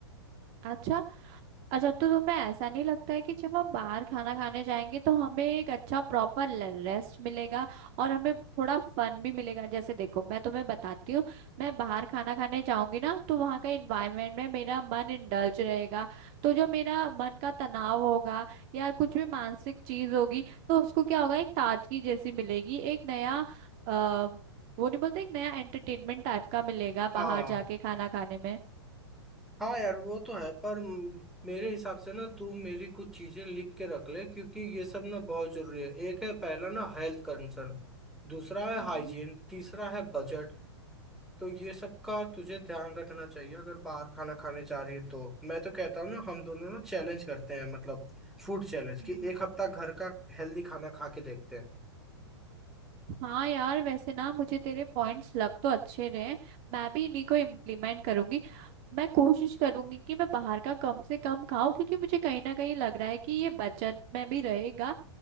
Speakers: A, on the right; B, in the centre.
A: अच्छा अच्छा तो तुम्हें ऐसा नहीं लगता है कि जब हम बाहर खाना खाने जाएंगे तो हमें एक अच्छा प्रॉपर रेस्ट मिलेगा और हमें थोड़ा फन भी मिलेगा जैसे देखो मैं तुम्हें बताती हूँ मैं बाहर खाना खाने जाऊंगी ना तो वहाँ का इन्वायरमेंट में मेरा मन इंडल्ज रहेगा तो जो मेरा मन का तनाव होगा या कुछ भी मानसिक चीज होगी तो उसको क्या होगा एक ताजगी जैसी मिलेगी एक नया आ, वो नहीं बोलते एक नया एंटरटेनमेंट टाइप का मिलेगा बाहर
B: हाँ
A: जाके खाना खाने में
B: हाँ यार वो तो है पर म- मेरे हिसाब से ना तू मेरी कुछ चीजें लिख के रख ले क्योंकि ये सब ना बहुत जरूरी है एक है पहला ना हेल्थ कंसर्न दूसरा है
A: हम्म
B: हाइजीन तीसरा है बजट तो ये सब का तुझे ध्यान रखना चाहिए अगर बाहर खाना खाने जा रही है तो मैं तो कहता हूँ ना हम दोनों ना चैलेंज करते हैं मतलब फूड चैलेंज
A: हम्म
B: कि एक हफ्ता घर का हेल्दी खाना खा के देखते हैं
A: हाँ यार वैसे ना मुझे तेरे पॉइंट्स लग तो अच्छे रहे हैं। मैं भी इन्हीं को इम्प्लीमेंट करूंगी मैं कोशिश करूंगी कि मैं बाहर का कम से कम खाऊं क्योंकि मुझे कहीं ना कहीं लग रहा है कि ये बचत में भी रहेगा